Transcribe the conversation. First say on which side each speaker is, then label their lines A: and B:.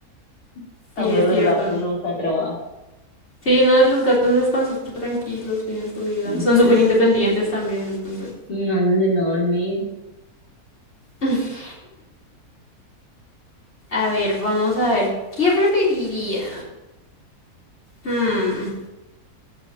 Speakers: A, on the left; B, on the left.
A: En
B: sí,
A: cambio,
B: es
A: los
B: cierto.
A: gatos nunca trabajan.
B: Sí, no, los gatos están súper tranquilos, viven su vida.
A: Y
B: Son
A: pues,
B: súper independientes también, entonces.
A: no hacen sino dormir.
B: <laughs> A ver, vamos a ver. ¿Qué preferirías? Hmm,